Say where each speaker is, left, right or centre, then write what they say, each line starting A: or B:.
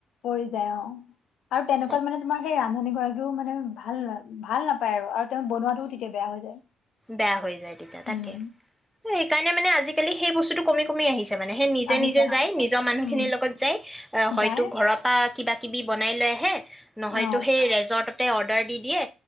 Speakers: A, on the left; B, in the centre.
A: পৰি যায় অ আৰু তেনেকুৱাত
B: তাকে
A: মানে তোমাৰ সেই ৰান্ধনী গৰাকীও মানে ভাল ন ভাল নাপায় আৰু আৰু তেওঁ বনোৱাাতটোও তেতিয়া বেয়া হৈ যায়
B: বেয়া হৈ যায় তেতিয়া তাকে
A: উম
B: স কাৰণোনে আজিকালি সেই বস্তুটো কমি কমিছে মানে সেই নিজে
A: আহিছে
B: নিজে
A: আহিছে
B: যাই নিজৰ মানুহ
A: উম
B: খিনিৰ লগত যাই আহ হয়তো
A: যায়
B: ঘৰৰ পৰা কিবা কিবি বনাই লৈ আহে নহয়তো
A: অ
B: সেই ৰেজৰ্ট ততে অৰ্ডাৰ দি দিয়ে